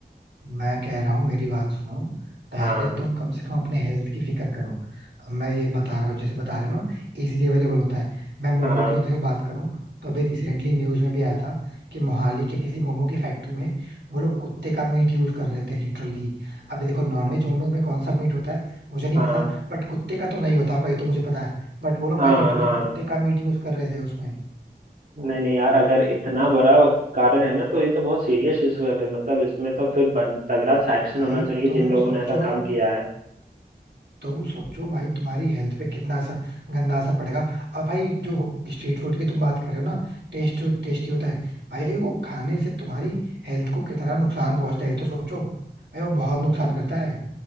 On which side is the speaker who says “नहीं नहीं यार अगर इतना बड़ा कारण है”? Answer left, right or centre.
Right